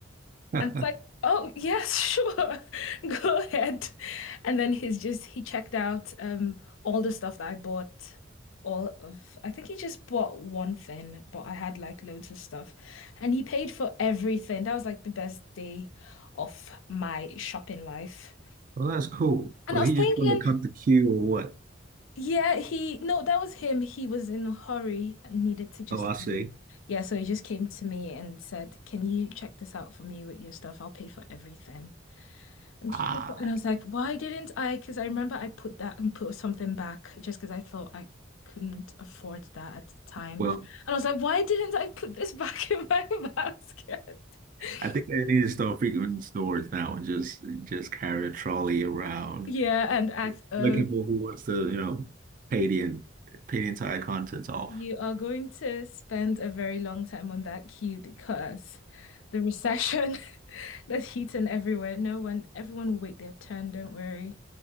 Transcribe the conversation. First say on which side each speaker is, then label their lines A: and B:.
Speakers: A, on the right; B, on the left.
A: <laughs>
B: And I was like, oh, yes, sure. <laughs> Go ahead. And then he's just, he checked out um all the stuff that I bought. All of, I think he just bought one thing, but I had like loads of stuff. And he paid for everything. That was like the best day of my shopping life.
A: Well, that's cool.
B: And
A: Was
B: I was
A: he
B: thinking,
A: just trying to cut the queue or what?
B: yeah, he, no, that was him. He was in a hurry and needed to just
A: Oh, I see.
B: leave. Yeah, so he just came to me and said, Can you check this out for me with your stuff? I'll pay for everything. And
A: Ah,
B: he picked it, and I was like, why didn't I? Because I remember I put that and put something back just because I thought I couldn't afford that at the time.
A: well,
B: And I was like, why didn't I put this <laughs> back in my <laughs> basket? <laughs>
A: I think I need to start frequenting stores now and just just carry a trolley around
B: Yeah, and act, oh,
A: looking for who wants to, you know, pay the en- pay the entire contents off.
B: you are going to spend a very long time on that queue because the recession <laughs> that's heating everywhere. No one, everyone will wait their turn, don't worry.